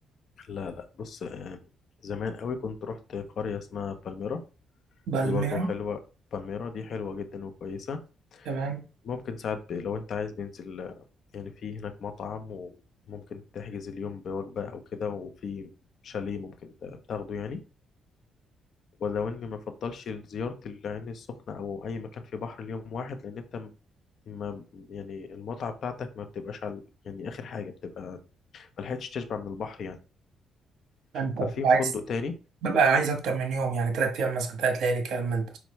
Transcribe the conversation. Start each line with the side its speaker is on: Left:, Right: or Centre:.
Left: لا لا بص آه، زمان قوي كنت رحت قرية اسمها بالميرا
Right: بالميرا
Left: دي برضو حلوة بالميرا دي حلوة جدا وكويسة
Right: تمام
Left: ممكن ساعات ب... لو انت عايز ننزل آه، يعني في هناك مطعم وممكن تحجز اليوم بوجبة او كده وفي شاليه ممكن ت- تاخده يعني ولو اني ما افضلش زيارة العين السخنة او اي مكان في بحر اليوم واحد لان انت م- ما يعني المتعة بتاعتك ما بتبقاش على يعني اخر حاجة بتبقى ما لحقتش تشبع من البحر يعني
Right: أنت
Left: ففي
Right: بتبقى
Left: فندق
Right: عايز
Left: تاني
Right: ببقى عايز أكتر من يوم يعني تلات أيام مثلا تلات ليالي كلام من ده